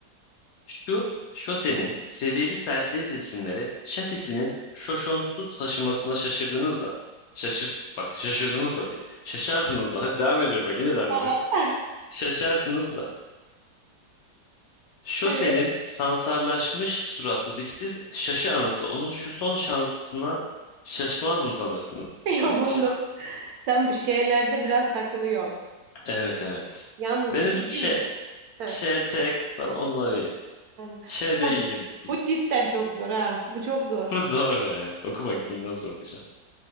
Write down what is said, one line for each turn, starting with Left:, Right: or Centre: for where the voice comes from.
Left: Şu şosenin sediyeli serseri resimleri şasisinin şoşonsuz taşımasına şaşırdınız da. Şaşır, bak şaşırdınız da diye. Şaşarsınız da. Hadi devam ediyorum bak yine devam
Right: Aa,
Left: ediyorum. Şaşarsınız da. Şosenin
Right: evet.
Left: sansarlaşmış suratlı dişsiz şaşı anası onun şu son şansına şaşmaz mı sanırsınız?
Right: <laughs> Ya
Left: Yok
Right: bunda.
Left: ya.
Right: Sen bu şeylerde biraz takılıyorsun.
Left: Evet evet.
Right: Yalnız
Left: Benim
Right: bir şey
Left: ç,
Right: diyeyim mi? Heh.
Left: ç, tek falan onları ye.
Right: Yani.
Left: Ç de
Right: Ya
Left: iyiyim.
Right: bu cidden çok zor ha. Bu çok zor.
Left: Bu Zor ya. Oku bakayım nasıl okuyacaksın.